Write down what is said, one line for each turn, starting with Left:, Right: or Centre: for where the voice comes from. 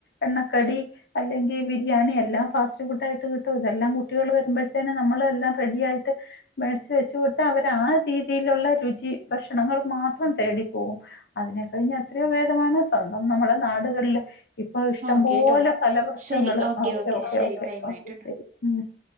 Left: എണ്ണക്കടി അല്ലെങ്കിൽ ബിരിയാണി എല്ലാ ഫാസ്റ്റ്ഫൂഡ് ആയിട്ട് ല്ലാം കുട്ടികൾ വരുമ്പോഴത്തേ നമ്മള എല്ലാം റെഡി ആയിട്ട് മേടിച്ച് വെച്ച് കൊടുത്താൽ അവർ ആ രീ രീതിയിലുള്ള രുചി ഭക്ഷണങ്ങൾ മാത്രം തേടിപ്പോകും അതിനെ കഴിഞ്ഞ് എത്രയോ ഭേദമാണ് സ്വന്തം നമ്മളെ നാടുകളില് ഇപ്പൊ ഇഷ്ടം
Right: ഓക്കെ
Left: പോലെ
Right: ട്ടോ
Left: ഫലവൃഷങ്ങള്
Right: ശരി
Left: ഓക്കെ ഓക്കേ
Right: ശരി
Left: ഓക്കേ
Right: ടൈം
Left: ഓക്കെ
Right: ആയിട്ടുണ്ട്
Left: ശരി ഉ